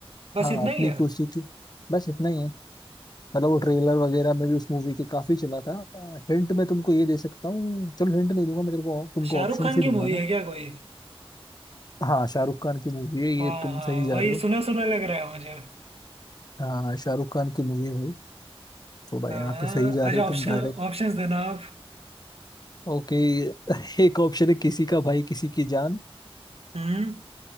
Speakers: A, on the right; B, on the left.
A: बस
B: हाँ
A: इतना
B: अपनी
A: ही है
B: कुर्सी की बस इतना ही है मतलब वो ट्रेलर वगैरह में भी उस मूवी के काफी चला था हिंट मैं तुमको ये दे सकता हूँ चलो हिंट नहीं दूंगा मैं तेरे को तुमको
A: शाहरुख
B: ऑप्शन
A: खान
B: ही दूंगा
A: की मूवी
B: ना
A: है क्या कोई
B: हाँ शाहरुख खान की मूवी है ये
A: हाँ
B: तुम
A: हाँ
B: सही जा
A: वही
B: रहे हो
A: सुना सुना लग रहा है मुझे
B: हाँ शाहरुख खान की मूवी है भाई थोड़ा
A: हाँ
B: यहाँ तो सही जा
A: अच्छा
B: रहे हो
A: ऑप्शन
B: तुम डायरेक्ट
A: ऑप्शंस देना आप
B: ओके <laughs> एक ऑप्शन है किसी का भाई किसी की जान
A: हम्म